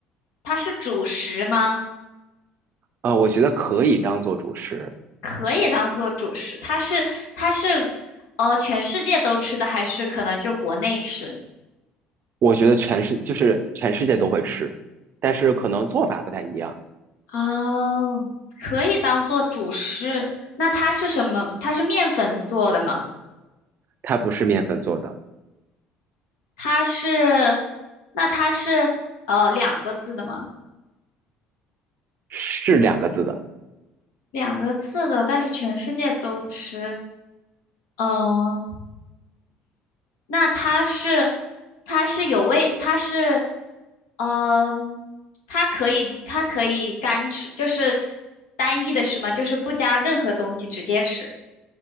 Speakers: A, on the left; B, on the right.
A: 它是主食吗？
B: 呃，我觉得可以当做主食，
A: 可以当做主食，它是它是呃全世界都吃的，还是可能就国内吃？
B: 我觉得全世就是全世界都会吃，但是可能做法不太一样。
A: 哦，可以当做主食。那它是什么？它是面粉做的吗？
B: 它不是面粉做的，
A: 它是，那它是呃两个字的吗？
B: 是两个字的。
A: 两个字的，但是全世界都吃。嗯，那它是，它是有味，它是，嗯，它可以，它可以干吃，就是单一的吃吗？就是不加任何东西直接吃。